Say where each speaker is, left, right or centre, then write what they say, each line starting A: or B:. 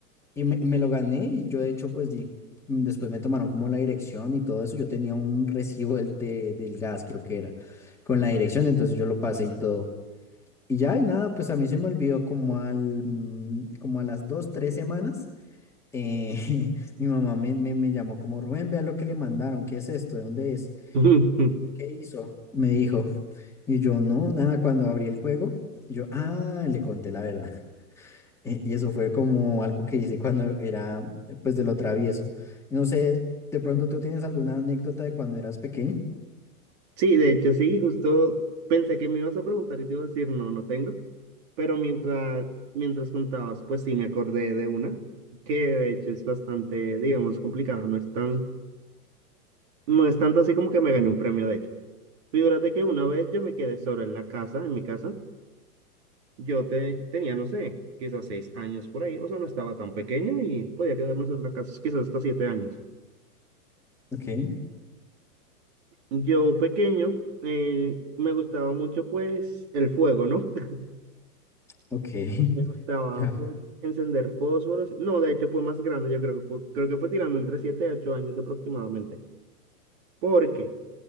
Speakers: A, in the centre; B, on the right.
A: Y me, me lo gané y yo de hecho pues di, mm, después me tomaron como la dirección y todo eso. Yo tenía un recibo del, te- del gas, creo que era, con la dirección, entonces yo lo pasé y todo. Y ya, y nada, pues a mí se me olvidó como al, mm, como a las dos, tres semanas. eh, <laughs> mi mamá me, me, me llamó como, Rubén, vea lo que le mandaron, ¿qué es esto? ¿De dónde es?
B: <laughs>
A: ¿Qué hizo? Me dijo. Y yo, no, nada, cuando abrí el juego, yo, ah, le conté la verdad. Eh, Y eso fue como algo que hice cuando era, eh, pues, de lo travieso. Y no sé, de pronto tú tienes alguna anécdota de cuando eras pequeño.
B: Sí, de hecho, sí, justo pensé que me ibas a preguntar y te iba a decir, no, no tengo, pero mientras, mientras contabas, pues sí me acordé de una, que de hecho es bastante, digamos, complicada, no es tan, no es tanto así como que me gané un premio, de hecho. Figúrate que una vez yo me quedé solo en la casa, en mi casa, yo te, tenía, no sé, quizás seis años por ahí, o sea, no estaba tan pequeño y podía quedarme solo en la casa, quizás hasta siete años.
A: Ok,
B: Yo pequeño eh, me gustaba mucho pues el fuego, ¿no? <laughs>
A: ok, <laughs>
B: Me gustaba
A: ya,
B: pues encender fósforos. No, de hecho fue más grande, yo creo que fue, creo que fue tirando entre 7 a 8 años aproximadamente. Porque